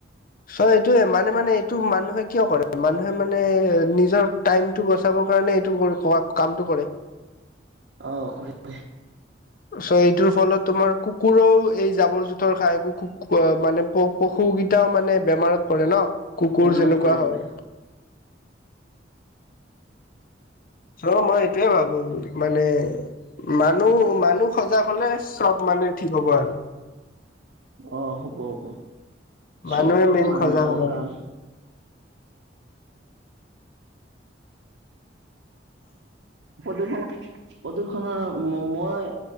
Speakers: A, on the left; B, on the right.
A: চ' এইটোয়ে মানে-মানে এইটো মানুহে কিয় কৰে মানুহে মানে নিজৰ টাইমটো বচাব কাৰণে এইটো ক কামটো কৰে
B: অ কৰিব কৰে কৰে।
A: চ' এইটোৰ ফলত তোমাৰ কুকুৰো এই জাবৰ-জোথৰ খাই একো খুব মানে পশুকেইটাও মানে বেমাৰত কৰে ন' কুকুৰ
B: বেমাৰত
A: যেনেকুৱা
B: পৰি
A: হয়।
B: পৰে
A: ৰ মই এইটোয়ে ভাবো মানে মানুহ মানুহ সজাগ হলে চব মানুহ ঠিক হব আৰু
B: অ হ'ব হব চব
A: মানুহে মেইন
B: মান
A: সজাগ হ'ব লাগে
B: আহ <inaudible> প্ৰদূৰ্ষণ, প্ৰদূৰ্ষণৰ মই